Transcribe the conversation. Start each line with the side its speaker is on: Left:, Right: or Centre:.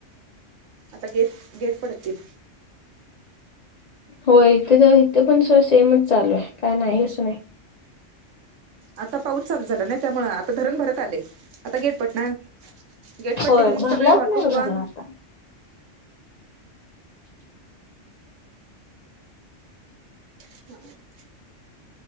Right: आता गेट, गेट पडतील.
Left: होय, त्याज्या इथे पण सो सेमच चालू हाय, काय नाही असं नाय.
Right: आता पाऊस चालू झाला ना, त्यामुळं आता धरण भरत आलय. आता गेट पडणार. गेट पडले
Left: होय
Right: की मग
Left: भरलाच
Right: सगळी वाहतूक
Left: नाही
Right: बंद.
Left: धरण आता.
Right: <inaudible>